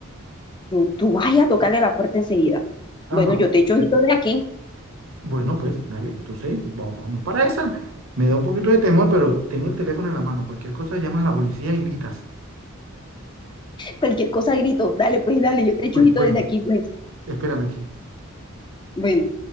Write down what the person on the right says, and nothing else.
Ajá,
sí.
Bueno, pues, dale, entonces, va- vamos para esa. Me da un poquito de temor, pero ten el teléfono en la mano. Cualquier cosa llamas a la policía y gritas.
Bueno,
bueno,
espérame aquí.